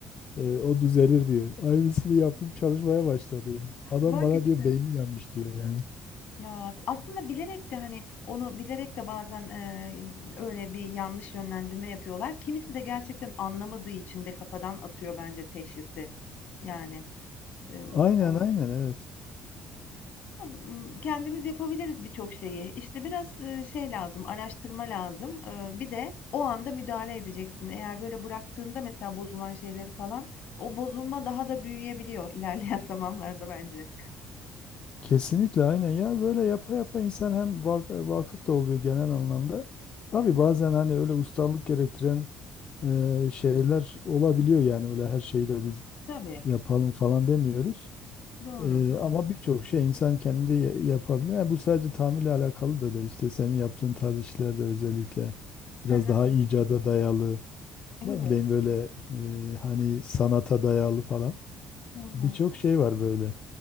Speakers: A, on the left; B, on the left.
A: E, o düzelir diyor. Aynısını yaptım çalışmaya başladı. yani. Adam
B: Bak
A: bana
B: işte.
A: diyor beyni yanmış diyor yani.
B: Ya aslında bilerek de hani onu bilerek de bazen e, öyle bir yanlış yönlendirme yapıyorlar. Kimisi de gerçekten anlamadığı için de kafadan atıyor bence teşhisi. Yani e, o-
A: Aynen aynen evet.
B: Hımm, kendimiz yapabiliriz birçok şeyi. İşte, biraz, ııı, şey lazım, araştırma lazım. Eee, bir de o anda müdahale edeceksin. Eğer böyle bıraktığında mesela bozulan şeyleri falan, o bozulma daha da büyüyebiliyor ilerleyen <laughs> zamanlarda bence.
A: Kesinlikle aynen ya böyle yapa yapa insan hem va- vakıf da oluyor genel anlamda. Tabii
B: Hı hı.
A: bazen hani öyle ustalık gerektiren e, şeyler olabiliyor yani öyle her şeyi de biz
B: Tabii.
A: yapalım falan demiyoruz.
B: Doğru,
A: E,
B: doğru.
A: ama birçok şey insan kendi ya- yapabilir. Yani bu sadece tamirle alakalı da değil işte senin yaptığın tarz işlerde özellikle
B: Hı
A: biraz
B: hı.
A: daha icada dayalı
B: Evet.
A: ne bileyim böyle e, hani sanata dayalı falan
B: Hı hı.
A: birçok şey var böyle.